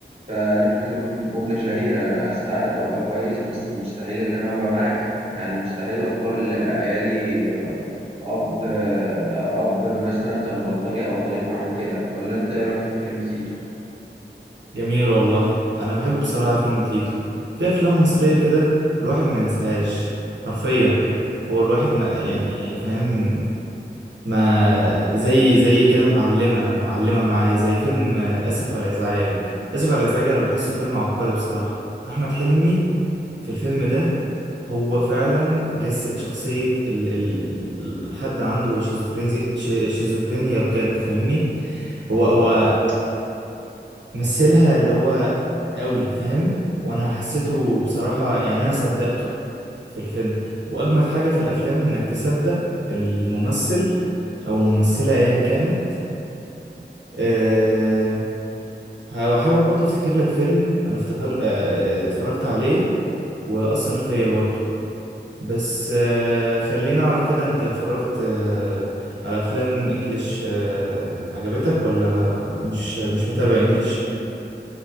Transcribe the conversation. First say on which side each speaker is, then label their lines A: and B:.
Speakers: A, on the right; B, on the right.
A: فقالت له جم- جملة شهيرة أنا أساعدك أبقى كويس بس مستحيل إن أنا أبقى معاك يعني مستحيل أختار لعيالي أب أب مثلا كان بلطجي أو تاريخه عامل كده ولا أنت إيه رأيك في فيلم تيتو؟
B: جميل والله انا بحب بصراحه فيلم تيتو في افلام مصريه كده الواحد ما ينساهاش حرفيا هو الواحد ما يعني فاهم ما زي زي كده معلمه معلمه معاه زي فيلم آه، اسف على الازعاج اسف على الازعاج انا بحسه فيلم عبقري بصراحه احمد حلمي في الفيلم ده هو فعلا جسد شخصيه ال ال ال- الحد عنده شيزوفرينيا شيزوفرينيا بجد فاهمني هو هو مثلها اللي هو قوي فاهم وانا حسيته بصراحة يعني انا صدقته في الفيلم واجمد حاجة في الافلام انك تصدق الممثل او الممثلة ايا كانت أه هحاول برضه افتكر لك فيلم انا افتكر أه اتفرجت عليه واثر فيا برضه بس أه خليني اعرف كده انت اتفرجت أه على افلام انجليش أه عجبتك ولا ما- مش مش متابع انجليش